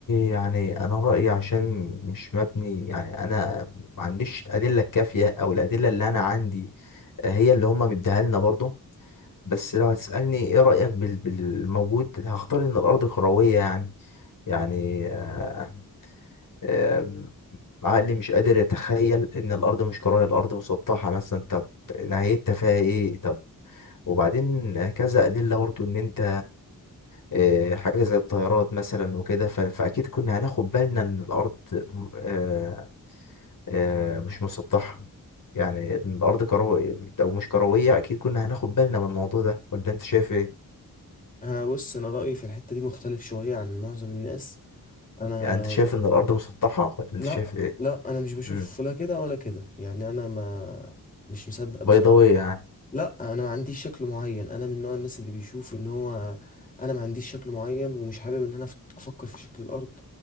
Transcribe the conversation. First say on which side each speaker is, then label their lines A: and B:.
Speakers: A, on the left (about 60°); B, on the left (about 25°).
A: يعني أنا رأيي عشان مش مبني يعني أنا ما عنديش أدلة كافية أو الأدلة اللي أنا عندي هي اللي هما مديها لنا برضه بس لو هتسألني إيه رأيك بال... بالموجود هختار إن الأرض كروية يعني يعني آه، آم، عقلي مش قادر يتخيل ان الارض مش كرويه الارض مسطحه مثلا طب نهايتها فيها ايه طب وبعدين كذا ادله برضو ان انت آه، حاجه زي الطيارات مثلا وكده ف- فاكيد كنا هناخد بالنا ان الارض آه، آه، مش مسطحه يعني إن الارض كرويه او مش كرويه اكيد كنا هناخد بالنا من الموضوع ده ولا انت شايف ايه
B: انا بص انا رايي في الحته دي مختلف شويه عن معظم الناس انا
A: يعني انت شايف ان الارض مسطحه ولا انت
B: لا
A: شايف ايه
B: لا انا مش بشوف
A: امم
B: لا كده ولا كده يعني انا ما مش مصدق بصراحه
A: بيضاويه يعني
B: لا انا ما عنديش شكل معين انا من نوع الناس اللي بيشوف ان هو انا ما عنديش شكل معين ومش حابب ان انا أف- افكر في شكل الارض